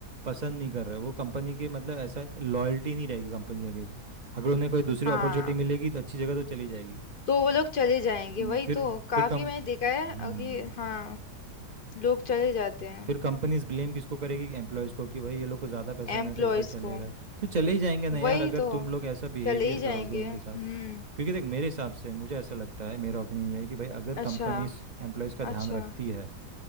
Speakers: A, on the right (about 40°); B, on the left (about 50°).
A: पसंद नहीं कर रहे वो कंपनी के मतलब ऐसा लॉयल्टी नहीं रहेगी कंपनी के अगेंस्ट अगर उन्हें कोई दूसरी
B: हाँ
A: अपॉर्चुनिटी मिलेगी तो अच्छी जगह तो चली जाएगी
B: तो वो लोग चले जाएंगे
A: हम्म,
B: वही
A: फिर
B: तो काफी
A: फिर कम
B: मैंने देखा है
A: हम्म,
B: अ, कि हाँ लोग चले जाते हैं
A: फिर कंपनीज ब्लेम किसको करेगी कि एम्प्लॉयज़ को कि भाई ये लोग को ज़्यादा पैसा
B: एम्प्लॉयज
A: मिलता है इसलिए चले
B: को
A: गए तो चले ही जाएंगे ना यार
B: वही
A: अगर
B: तो
A: तुम लोग ऐसा बिहेवियर
B: चले ही जाएंगे
A: करोगे उनके
B: हम्म
A: साथ क्योंकि देख मेरे हिसाब से मुझे ऐसा लगता है मेरा ओपिनियन ये है कि भाई अगर
B: अच्छा
A: कंपनीज एम्प्लॉयज़ का ध्यान
B: अच्छा
A: रखती है